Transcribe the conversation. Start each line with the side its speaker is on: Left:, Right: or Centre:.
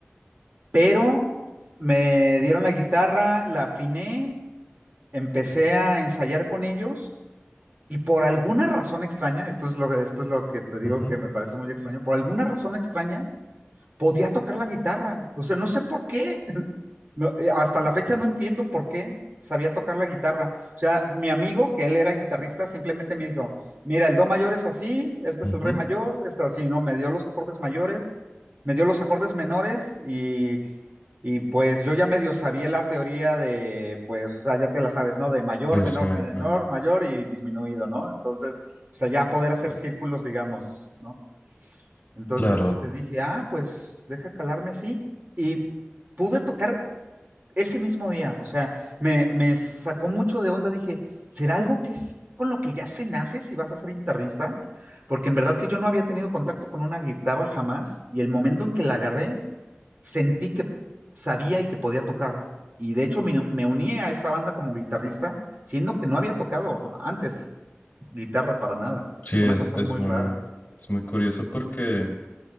Right: Pero me dieron la guitarra, la afiné empecé a ensayar con ellos y por alguna razón extraña, esto es lo, esto es lo que te digo
Left: Ujú,
Right: que me parece muy extraño, por alguna razón extraña, podía tocar la guitarra. O sea, no sé por qué. <laughs> No, eh, hasta la fecha no entiendo por qué sabía tocar la guitarra. O sea, mi amigo, que él era guitarrista, simplemente me dijo, mira, el do mayor es así, este
Left: ujú.
Right: es el re mayor, este así, ¿no? Me dio los acordes mayores, me dio los acordes menores y, y pues yo ya medio sabía la teoría de, pues, o sea, ya te la sabes, ¿no? De mayor,
Left: Sí,
Right: menor,
Left: sí,
Right: menor,
Left: men-
Right: mayor y disminuido, ¿no? Entonces, o sea, ya poder hacer círculos, digamos, ¿no? Entonces,
Left: claro,
Right: este, dije, ah, pues deja calarme así. Y pude tocar ese mismo día. O sea, me, me sacó mucho de onda. Dije, ¿será algo que es con lo que ya se nace si vas a ser guitarrista? Porque en verdad que yo no había tenido contacto con una guitarra jamás. Y el momento en que la agarré, sentí que sabía y que podía tocar. Y de hecho me, me uní a esa banda como guitarrista, siendo que no había tocado antes guitarra para nada.
Left: sí,
Right: Fue
Left: es,
Right: una cosa
Left: es
Right: muy
Left: muy,
Right: rara.
Left: es muy curioso porque